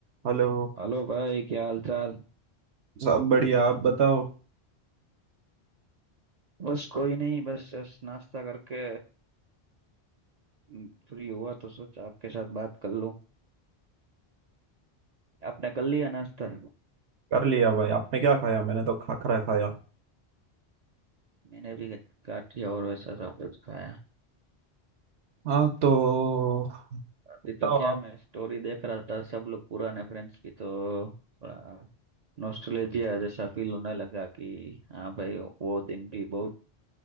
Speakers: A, on the right; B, on the right.
A: Hello
B: Hello भाई क्या हाल चाल
A: सब बढ़िया आप बताओ
B: बस कोई नहीं बस जस्ट नाश्ता करके हम्म, फ्री हुआ तो सोचा आपके साथ बात कर लूं आपने कर लिया नाश्ता
A: कर लिया भाई आपने क्या खाया मैंने तो खाखरा खाया
B: मैंने भी काट लिया और वैसा सब कुछ खाया
A: हाँ तो
B: अभी
A: बताओ
B: तो क्या
A: आप
B: मैं स्टोरी देख रहा था सब लोग पुराने फ्रेंड्स की तो थोड़ा नॉस्टैल्जिया जैसा फील होने लगा कि हाँ भाई वो दिन भी बहुत